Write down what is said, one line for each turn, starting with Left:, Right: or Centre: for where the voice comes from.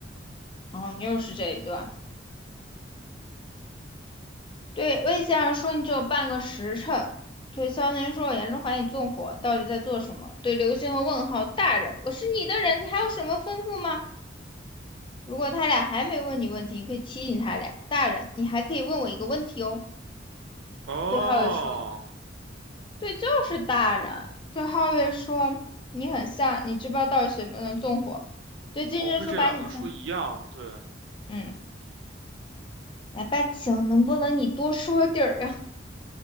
Left: 然后你又是这一段，对，魏先生说你只有半个时辰，对萧炎说我严重怀疑你纵火，到底在做什么？对刘星和问号大人，我是你的人，你还有什么吩咐吗？如果他俩还没问你问题，你可以提醒他俩。大人，你还可以问我一个问题哦。
Right: 哦，
Left: 对浩宇说：“对，就是大人。对哈月说：“你很像，你知不知道到底谁不能纵火？”对金针说：
Right: 哦，对，这两个人说一样，
Left: “把你像……
Right: 对，
Left: 嗯，来吧，请能不能你多说点儿呀？